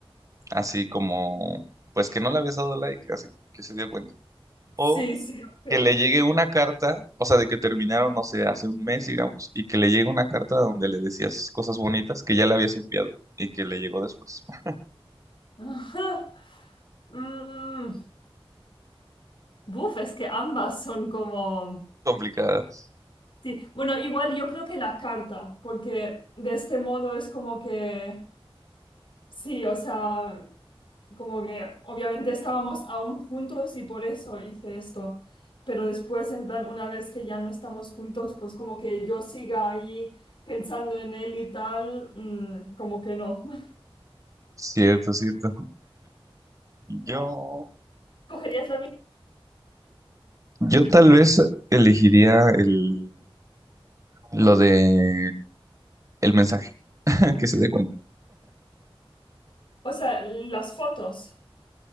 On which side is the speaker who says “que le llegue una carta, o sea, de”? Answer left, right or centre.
Right